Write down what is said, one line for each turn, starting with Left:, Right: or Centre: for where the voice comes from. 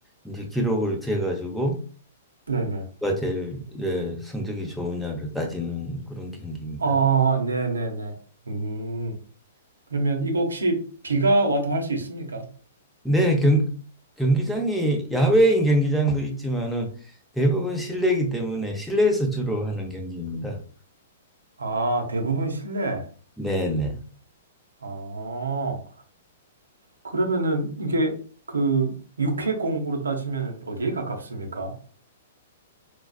Centre: 이제 기록을 재가지고
Right: 네네.
Centre: 누가 제일 예, 성적이 좋으냐를 따지는 그런 경기입니다.
Right: 아, 네네네. 음, 그러면 이거 혹시 비가 와도 할 수 있습니까?
Centre: 네, 경, 경기장이 야외인 경기장도 있지만은 대부분 실내이기 때문에 실내에서 주로 하는 경기입니다.
Right: 아, 대부분 실내.
Centre: 네, 네.
Right: 아, 그러면은 이게 그 육해공으로 따지면 어디에 가깝습니까?